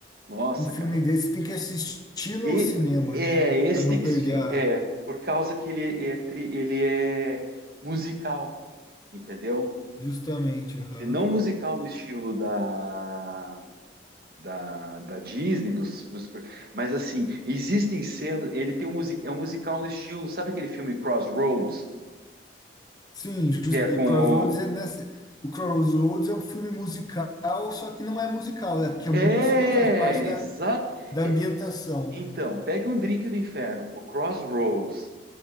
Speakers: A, on the right; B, on the left.
A: Nossa,
B: Um filme
A: cara.
B: desse tem que assistir no
A: E
B: cinema,
A: é,
B: né?
A: esse
B: Para não
A: tem que
B: perder
A: assistir,
B: a
A: é, por causa que ele é, tri- ele é musical, entendeu?
B: Justamente, aham.
A: não musical no estilo da, da, da Disney, dos, dos- mas assim, existem cenas. Ele tem um, musi- é um musical no estilo, sabe aquele filme Crossroads?
B: Sim, just,
A: Que é com
B: o Crossroads
A: o.
B: é nessa. O Crossroads é um filme musical, só que não é musical, é que a
A: É,
B: música faz parte da,
A: exato.
B: da
A: é,
B: ambientação,
A: então,
B: né?
A: pegue um drink do inferno, o Crossroads.